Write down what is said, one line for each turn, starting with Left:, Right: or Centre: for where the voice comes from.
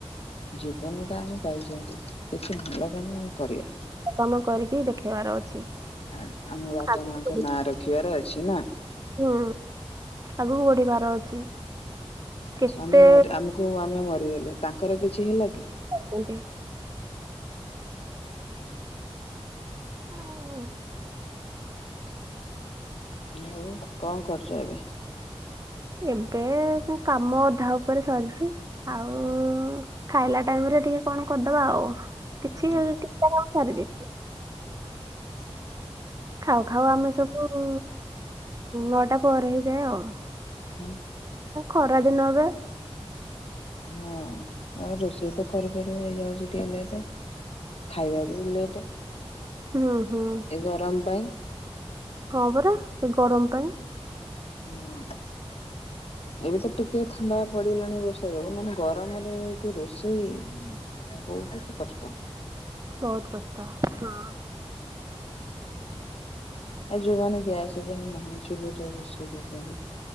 Left: ଜୀବନ ଟା ଆମେ ପାଇଛନ୍ତି କିଛି ଭଲ କାମ କରିବା
Right: କାମ କରିକି ଦେଖେଇବାର ଅଛି।
Left: ଆ ଆମ ବାପା
Right: ଆଗକୁ
Left: ମାଙ୍କ ନାଁ ରଖିବାର ଅଛି ନା।
Right: ହୁଁ ଆଗକୁ ବଢିବାର ଅଛି। କେତେ
Left: ଆଛା ଆମେ ଆମକୁ ଆମେ ମରିଗଲେ ତାଙ୍କର କିଛି ହେଲା କି?
Right: ଏମିତି ଆଉ
Left: ଆଉ କଣ କରୁଚ ଏବେ?
Right: ଏବେ ସବୁ କାମ ଅଧା ଉପରେ ସରିଚି। ଆଉ ଖାଇଲା ଟାଇମ ରେ ଟିକେ କଣ କରିଦବା ଆଉ। କିଛି
Left: ହୁଁ
Right: ଏଇ କେତେ ଙ୍କ କରିବେ।
Left: ଆଛା।
Right: ଖାଉ ଖାଉ ଆମେ ସବୁ ନଅଟା ପରେ ହେଇଯାଏ ଆଉ।
Left: ହୁଁ।
Right: ଖରାଦିନ ଏବେ।
Left: ହଁ ଆଉ ରୋଷେଇ ତ କରୁ କରୁ ହେଇଯାଉଚି ଟିକେ ଲେଟେ। ଖାଇବା ବିଲେଟେ।
Right: ହୁଁ ହଁ।
Left: ଏ ଗରମ ପାଇଁ।
Right: ହଁ ପରା ସେ ଗରମ ପାଇଁ।
Left: ହଁ ଏବେ ତ ଟିକେ ଥଣ୍ଡା ପଡିଗଲାଣି ଏ ବର୍ଷ। ସେଇଯୋଗୁ ନହେନେ ଗରମରେ ଯୋଉ ରୋଷେଇ ବୋହୁତ କଷ୍ଟ।
Right: ବୋହୁତ କଷ୍ଟ ହଁ।
Left: ଆ ଯୋଉମାନେ ଗ୍ୟାସ ଯାହାର ନାହିଁ ଚୁଲିରେ ରୋଷେଇ କରୁଛନ୍ତି